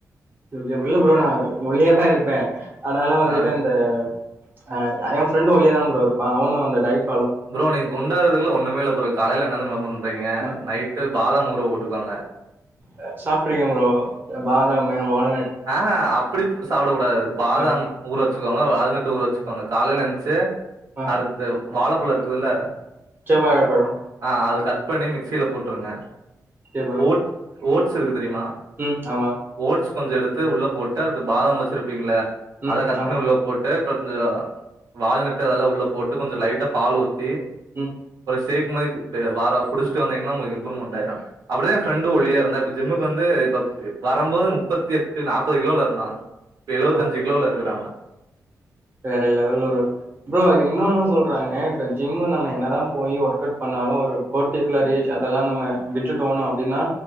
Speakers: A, on the right; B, on the right.
A: <unintelligible> இல்ல ப்ரோ நா ஒல்லியா தா இருப்பே அந் னாலு வந்துட்டு
B: ஆ
A: அந்த ஆ எ ஃப்ரெண்ட் டு ஒல்லியா தா ப்ரோ இருப்பா அவனு அந்த டைட்
B: ப்ரோ நீங் குண்டாகுறதுல்ல ஒண்ணுமேல்ல ப்ரோ காலைல என்ன தெரிமா பண்றீங்க
A: இருப்பா
B: நைட்டு பாதாம் ஊற வோட்டுக்கோங்க
A: ஆ சாப்ட்ருக்கேப்ரோ பாதாமு வால்
B: ஆ அப் புடிப் சாப்ட ப பாதம்
A: ஆ
B: ஊற வச்சுக்கோ மொத வால்நட்டு ஊற வச்சுக்கோங்க காலைல என்ச்சு
A: ஆ
B: அடுத்து வாழப் பழ இருக்குதுல்ல
A: செவ்வாழப்பழோ
B: ஆ அதுக்கட் பண்ணி மிக்சில போட்ருங்க
A: ஓகே ப்ரோ
B: ஓட் ஓட்ஸ் இருகு தெரியிமா
A: ம் ஆமா
B: ஓட்ஸ் <unintelligible> து உள்ள போட்டு அடுத்து பாதம் வெச்சிருப்பீங்கில்லே
A: ம்
B: அத கட்
A: ஆமா
B: பண்ணி உள்ளே போட்டு கொஞ்சோ வால்நட்டு அதெல்லா உள்ளே போட்டு கொஞ்சோ லைட்டா பால் ஊத்தி
A: உம்
B: சேக் மாரி குட்டு வார குடிச்சிட்டு வந்தீங்கன உங்களுக்கு இம்ருமென்ட் ஆயிரு அப்டே பிரண்டு ஒல்லியா இருந்தா இப்போ ஜிமுக்கு இப்போ வரம்போது முப்பத்தி எட் த்து நாப்பது கிலோல இருந்தா ப்ப எழுவத்தஞ்சு
A: ப்பா
B: கிலோல இருக்குற அவ
A: வேற லெவல் ஒரு ப்ரோ இன்னொன்னு சொல்றாங்க இப்ப ஜிம்மு நம்ம என்னதா போயி ஒர்க அவுட் பண்ணாலு ஒரு பெர்டிகுலர் ஏஜ் அதெல்லா நம்ம விட்டுட்டோன அப்டின்னா